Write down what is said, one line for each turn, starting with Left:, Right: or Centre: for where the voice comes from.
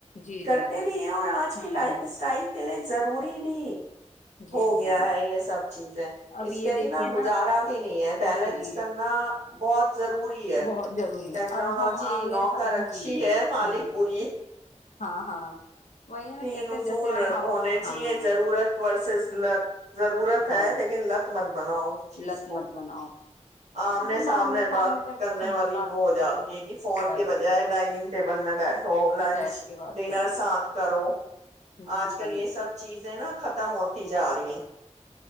Left: جی
Right: کرتے
Left: جی جی
Right: بھی ہیں اور آج کی
Left: ہاں
Right: لائف اسٹائل کے لیے ضروری نہیں
Left: جی
Right: ہو
Left: جی
Right: گیا
Left: جی
Right: ہے یہ سب چیز ہے
Left: اب
Right: اس
Left: یہ
Right: کے
Left: دیکھیے
Right: بنا
Left: نا
Right: گزارا بھی نہیں ہے بیلنس
Left: جی
Right: کرنا بہت ضروری ہے
Left: بہت ضروری
Right: ٹیکنالوجی
Left: ہے اب ہم آمنے
Right: نوکر
Left: سا-
Right: اچھی
Left: جی
Right: ہے مالک
Left: ہوں
Right: بری
Left: ہاں ہاں وہی نا
Right: تین
Left: کہتے
Right: اصول
Left: ہیں جیسے اب ہاں
Right: ہونے چاہیے
Left: ہاں
Right: ضرورت ورز <inaudible> ضرورت ہے
Left: ہاں
Right: لیکن لت مند بناؤ اس چیز
Left: لت
Right: کو
Left: مت بناؤ
Right: آمنے
Left: ہم
Right: سامنے بات
Left: بیٹھتے
Right: کرنے
Left: ہیں
Right: والی
Left: بات
Right: وہ ہو جاتی
Left: ہوں
Right: ہے کہ فون
Left: بھائی
Right: کے بجائے ڈائننگ ٹیبل میں بیٹھ تو لنچ
Left: بیٹھ کے بات
Right: ڈنر
Left: کرو
Right: ساتھ کرو
Left: جی
Right: آج کل
Left: جی
Right: یہ سب چیز ہے نا ختم ہوتی جا رہی ہیں